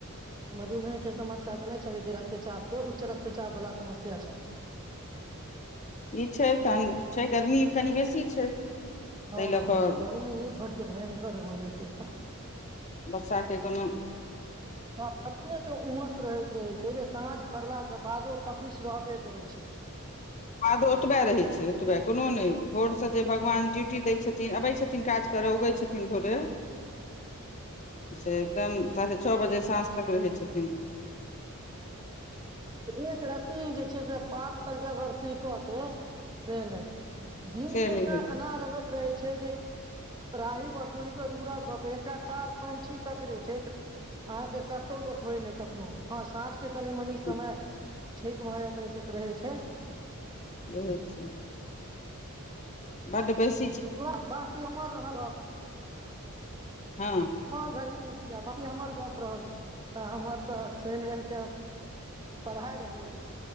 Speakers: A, on the right (about 20°); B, on the left (about 30°).
A: मधुमेह के समस्या तऽ नहि छै लेकिन रक्तचाप के उच्च रक्तचाप वाला समस्या छै
B: ई छै तहन छै गर्मी कनि बेसी छै ताहि
A: हँ
B: लऽ कऽ
A: गर्मी बड्ड भयंकर हो गेल छै
B: वर्षाके कोनो
A: तऽ कतेक के उमस रहैत रहै छै से जे साँझ पड़लाके बादो तफिस रहबे करै छै
B: बाद ओतबे रहैत छै ओतबे कोनो नहि भोरसँ जे भगवान ड्यूटी दैत छथिन अबैत छथिन काज क उगै छथिन भोरे से एकदम साढ़े छव बजे साँझ तक रहै छथिन
A: एक रत्ती जे छै से पात तक जे अगर सिहकतय से नहि दिन
B: से
A: के
B: नहि
A: तऽ
B: होइ
A: एना लगैत रहै छै जे राही बटोहि तऽ दूरा गप एक टा कार पंछी तक जे छै अहाँ तऽ कतौ देखबै नै कखनो हँ साँझ के कनि मनी समय
B: छै
A: ठीक भऽ जाइत रहै छै तऽ रहै छै
B: इहे छै बड बैस
A: तुरत बाकी हमर एहल अ
B: हँ
A: हँ गर्मी मे ठीक ह बाकी हमर गप रहल हमर तऽ शैन रैब के पढ़ाय रहियै